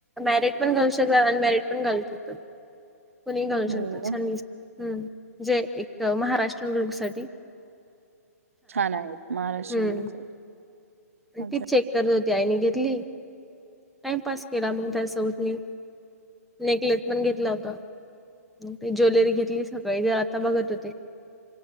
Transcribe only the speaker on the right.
हो
का?
छान आहेत महाराष्ट्रीयन
लोक. अच्छा